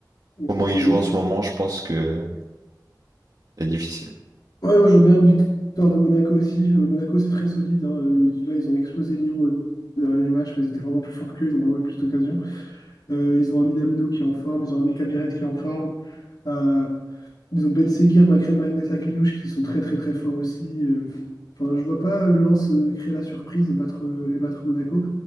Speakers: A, on the left; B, on the right.
A: dans
B: Comment
A: cette dynamique.
B: il joue en ce moment, je pense que c'est difficile.
A: Ouais, moi je vois bien une victoire de Monaco aussi. Euh, Monaco c'est très solide. hein. Euh, Là ils ont explosé Lyon euh, au dernier match. mais Ils étaient vraiment plus forts qu'eux, ils ont vraiment eu plus d'occasions. Euh, ils ont un Minamino qui est en forme, ils ont un Mika Biret qui est en forme. Euh, ils ont Ben Seguir, Makrem Magnus Akliouche qui sont très très très forts aussi. Euh, Enfin, je vois pas euh, Lens euh, créer la surprise et battre, euh, et battre Monaco.